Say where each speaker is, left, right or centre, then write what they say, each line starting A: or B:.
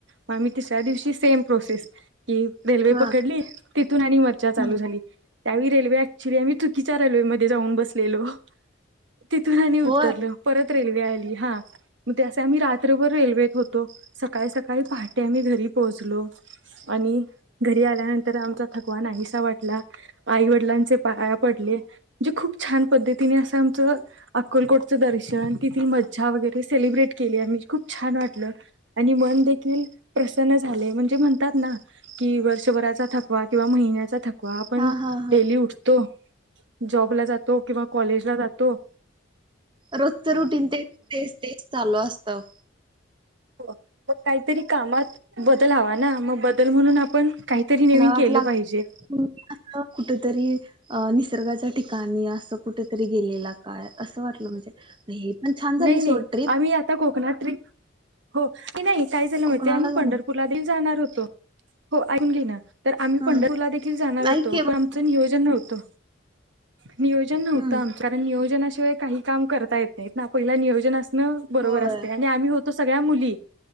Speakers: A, on the right; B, on the right.
A: म आम्ही तिसऱ्या दिवशी सेम प्रोसेस की रेल्वे
B: हा
A: पकडली. तिथून आणि मज्जा चालू
B: हा
A: झाली त्यावेळी रेल्वे आम्ही चुकीचा रेल्वे मध्ये जाऊन बसलेलो. तिथून आणि उतरलो
B: होय
A: परत रेल्वे आली हा मग ते असे आम्ही रात्रभर रेल्वे होतो स सकाळी सकाळी पहाटे आम्ही घरी पोहोचलो आणि घरी आल्यानंतर तर आमचा थकवा नाहीसा वाटला आईवडिलांचे पाया पडले जे खूप छान पद्धतीने अस आमच अक्कलकोटचं दर्शन तिथील मज्जा वगैरे सेलिब्रेट केली आम्ही खूप छान वाटलं आणि मन देखील प्रसन्न झाले म्हणजे म्हणतात ना की वर्षभराचा थक कवा किंवा महिन्याचा थक कवा आपण
B: हा हा हा
A: डेली उठतो जॉबला जातो किंवा कॉलेज ला जा तो
B: रोजच रुटीन तेच तेच तेच चालू असतं.
A: हो मग काहीतरी कामात बदल हवा ना मग बदल म्हणून आपण काहीतरी नवीन
B: पाठलाग
A: केलं पाहिजे.
B: म्हणून आता कुठंतरी अ नीस निसर्गाच्या ठिकाणी असं कुठेतरी गेलेला काय असं वाटलं म्हणजे हे पण छान झाली
A: नाही नाही
B: सोड ट्रीप
A: आम्ही आता कोकणात ट्रीप हो नाही काय झालं
B: कोकणाला
A: माहिती आहे आम्ही
B: जाणार
A: पंढरपूरला आधी जाणार होतो. हो आयकुन घे ना तर आम्ही
B: हम्म
A: पंढरपूरला देखील जाणार
B: नाही
A: होतो,
B: केव्हा
A: पण आमचं नियोजन नव्हतं, नियोजन नव्हतं
B: हम्म
A: आमचं कारण नियोजना शिवाय काही काम करता येत नाहीत ना. पहिला नियोजन आसन बरोबर
B: होय
A: असतय आम्ही होतो स- त्या मुली